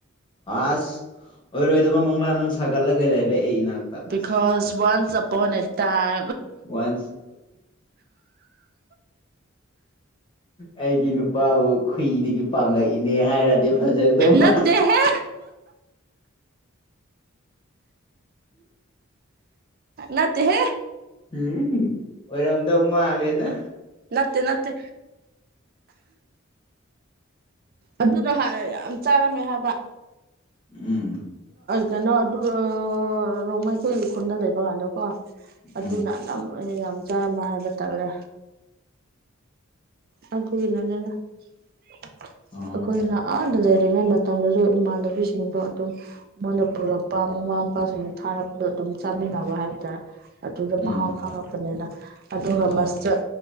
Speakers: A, on the left; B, on the right.
A: ꯑꯁ ꯑꯣꯏꯔꯣꯏꯗꯕ ꯃꯪꯂꯥ ꯅꯪ ꯁꯥꯒꯠꯂꯒ ꯂꯩꯔꯦ ꯑꯩ ꯏꯅꯥꯛꯇ ꯑꯁ
B: ꯀꯣꯁ ꯋꯥꯟꯁ ꯑꯄꯟ ꯑꯦ ꯇꯥꯏ
A: ꯋꯥꯟꯁ ꯑꯩꯒꯤ ꯅꯨꯄꯥꯕꯨ ꯈꯨꯍꯤꯗꯒꯤ ꯄꯥꯝꯂꯛ ꯏꯅꯦ ꯍꯥꯏꯔꯗꯤ ꯐꯖꯒꯗꯧ ꯃꯥ
B: ꯅꯠꯇꯦꯍꯦ ꯅꯠꯇꯦꯍꯦ
A: ꯎꯝ ꯑꯣꯏꯔꯝꯗꯧ ꯃꯥꯜꯂꯦꯗ
B: ꯅꯠꯇꯦ ꯅꯠꯇꯦ ꯑꯗꯨꯗꯣ ꯍꯥꯟꯅ ꯌꯥꯝ ꯆꯥꯔꯝꯃꯦ ꯍꯥꯏꯕ
A: ꯎꯝ
B: ꯀꯩꯅꯣ ꯑꯗꯨ ꯔꯣꯡꯃꯥꯏꯈꯣꯏ ꯈꯨꯨꯟꯗ ꯂꯩꯕ ꯀꯥꯟꯗꯀꯣ ꯑꯗꯨꯅ
A: ꯎꯝ
B: ꯅꯝ ꯑꯩ ꯌꯥꯝ ꯆꯥꯔꯝꯕ ꯍꯥꯏꯕ ꯇꯥꯜꯂꯦ ꯑꯨ ꯀꯅꯗꯅ ꯑꯩꯈꯣꯏꯅ
A: ꯑꯣ
B: ꯑꯗ ꯂꯩ ꯑꯣꯏꯔꯤꯉꯩ ꯃꯇꯝꯗꯁꯨ ꯏꯃꯥꯟꯅꯕꯤꯁꯤꯡꯗꯣ ꯑꯗꯨꯝ ꯃꯉꯅ ꯄꯨꯔꯛꯄ ꯃꯃꯥ ꯃꯄꯥꯁꯤꯡꯅ ꯊꯥꯔꯛꯄ ꯑꯗꯣ ꯑꯗꯨꯝ ꯆꯥꯃꯤꯟꯅꯕ ꯍꯥꯏꯕ ꯇꯔꯦ ꯑꯗꯨꯒꯗ
A: ꯎꯝ
B: ꯃꯍꯥꯎ ꯈꯥꯡꯉꯛꯄꯅꯤꯅ ꯑꯗꯨꯒ
A: ꯑ
B: ꯃꯁꯆꯠ